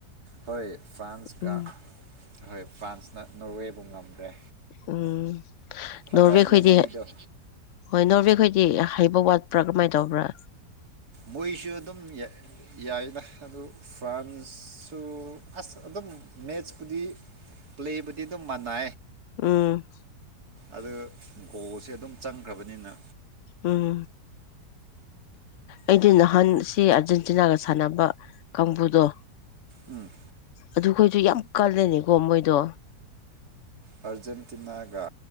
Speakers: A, on the right; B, on the left.
A: ꯍꯣꯏ ꯐ꯭ꯔꯥꯟꯁꯀ
B: ꯎꯝ
A: ꯍꯣꯏ ꯐ꯭ꯔꯥꯟꯁꯅ ꯅꯣꯔꯋꯦꯕꯨ ꯉꯝꯈ꯭ꯔꯦ
B: ꯎꯝ
A: ꯐꯖꯩꯅꯦ ꯃꯣꯏꯒꯤꯗꯣ
B: ꯅꯣꯔꯋꯦ ꯈꯣꯏꯗꯤ ꯍꯣꯏ ꯅꯣꯔꯋꯦ ꯈꯣꯏꯗꯤ ꯍꯩꯕ ꯋꯥꯠꯄ꯭ꯔꯥ ꯀꯃꯥꯏꯅꯧ ꯇꯧꯕ꯭ꯔꯥ
A: ꯃꯣꯏꯁꯨ ꯑꯗꯨꯝ ꯌꯥꯏꯅ ꯑꯗꯨ ꯐ꯭ꯔꯥꯟꯁꯁꯨ ꯑꯁ ꯑꯗꯨꯝ ꯑꯗꯨꯝ ꯃꯦꯠꯆꯄꯨꯗꯤ ꯄ꯭ꯂꯦꯕꯨꯗꯤ ꯑꯗꯨꯝ ꯃꯥꯟꯅ
B: ꯎꯝ
A: ꯑꯗꯨ ꯒꯣꯁꯦ ꯑꯗꯨꯝ ꯆꯪꯈ꯭ꯔꯕꯅꯤꯅ
B: ꯎꯝ ꯑꯩꯗꯤ ꯅꯍꯥꯟ ꯁꯤ ꯑꯥꯔꯖꯦꯟꯇꯤꯅꯥꯒ ꯁꯥꯟꯅꯕ ꯀꯥꯡꯕꯨꯗꯣ
A: ꯎꯝ
B: ꯑꯗꯨꯈꯣꯏꯁꯨ ꯌꯥꯝ ꯀꯜꯂꯦꯅꯤꯀꯣ ꯃꯣꯏꯗꯣ
A: ꯑꯔꯖꯦꯟꯇꯤꯅꯥꯒ